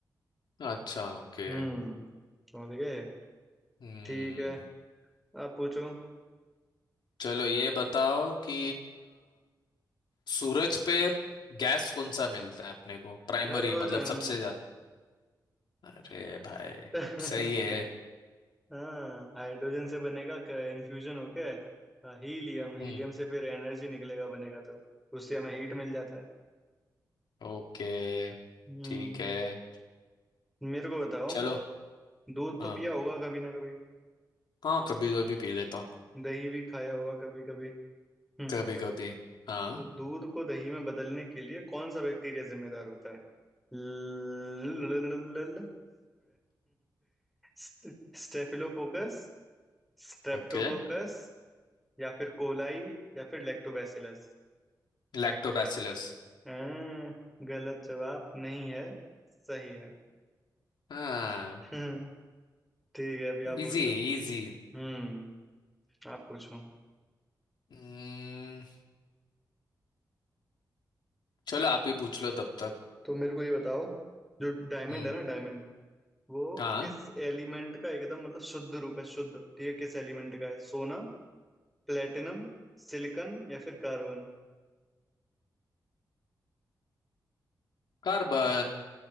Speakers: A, on the left (about 85°); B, in the centre.
A: अच्छा ओके
B: हम्म समझ गए
A: हम्म
B: ठीक है आप पूछो
A: चलो ये बताओ कि सूरज पे गैस कौन सा मिलता है अपने को प्राइमरी
B: हाइड्रोजन
A: मतलब सबसे ज्यादा अरे भाई
B: <laughs>
A: सही है
B: हाँ हाइड्रोजन से बनेगा इन्फ्यूजन होके अ, हीलियम हीलियम
A: हम्म
B: से फिर एनर्जी निकलेगा बनेगा तो उससे हमें हीट मिल जाता है
A: ओके
B: हम्म
A: ठीक है
B: मेरे को बताओ
A: चलो
B: दूध
A: हाँ
B: तो पिया होगा कभी ना कभी
A: हाँ कभी कभी पी लेता हूँ
B: दही भी खाया होगा कभी कभी हम्म
A: कभी कभी हाँ
B: तो दूध को दही में बदलने के लिए कौन सा बैक्टीरिया जिम्मेदार होता है ल स्टे- <laughs> स्टेफिलोकोकस स्ट्रेप्टोकोकस
A: ओके
B: या फिर कोलाई या फिर लैक्टोबैसिलस
A: लैक्टोबैसिलस
B: हाँ गलत जवाब नहीं है सही है
A: हाँ
B: हम्म, ठीक है अभी आप पूछो
A: इजी इजी
B: हम्म आप पूछो
A: हम्म चलो आप ही पूछ लो तब तक
B: तो मेरे को ये बताओ जो डायमंड
A: हम्म
B: है ना डायमंड वो
A: हाँ
B: किस एलिमेंट का एकदम मतलब शुद्ध रूप है शुद्ध ठीक है किस एलिमेंट का है सोना प्लेटिनम सिलिकन या फिर कार्बन
A: कार्बन